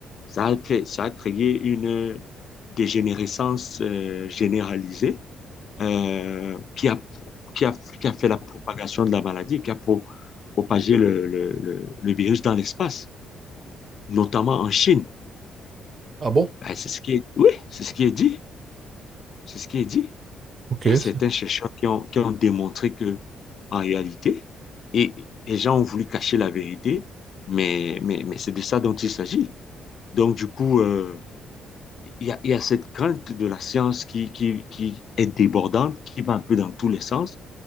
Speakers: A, on the left (about 55°); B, on the right (about 40°).
A: ça a créé, ça a créé une dégénérescence euh, généralisée euh, qui a, qui a, qui a fait la propagation de la maladie, qui a pro- propagé le, le, le, le virus dans l'espace, notamment en Chine.
B: Ah bon?
A: Ben, c'est ce qui est, oui, c'est ce qui est dit. C'est ce qui est dit.
B: Ok.
A: Il y a certains
B: ça-
A: chercheurs qui ont, qui ont démontré que, en réalité, et les gens ont voulu cacher la vérité, mais, mais, mais c'est de ça dont il s'agit. Donc, du coup, euh, il y a, il y a cette crainte de la science qui, qui, qui est débordante, qui va un peu dans tous les sens